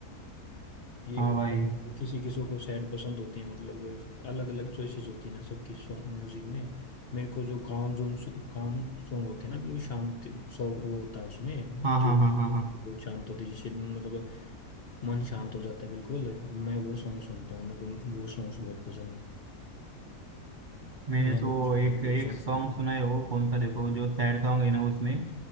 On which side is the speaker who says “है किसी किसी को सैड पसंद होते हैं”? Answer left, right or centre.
Left